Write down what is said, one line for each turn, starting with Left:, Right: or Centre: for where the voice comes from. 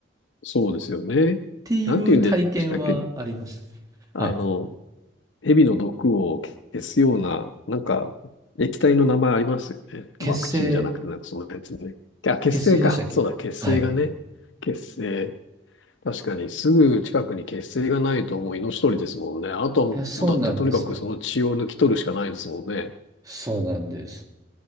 Left: そうですよね。
Right: ていう体験はありまし
Left: なんて言うんでしたっけあの、
Right: た。はい。
Left: 蛇の毒を消すような、なんか、液体の名前ありますよね。
Right: 結成、
Left: ワクチンじゃなくて、なんかそのやつね。あ、血清か。
Right: 結成でしたっけはい。
Left: そうだ、血清がね。血清。確かに、すぐ近くに血清がないともう命取りですもんね。あとはもう、
Right: いや、そうなんですよ。
Left: だってとにかくその血を抜き取るしかないですもんね。
Right: そうなんです。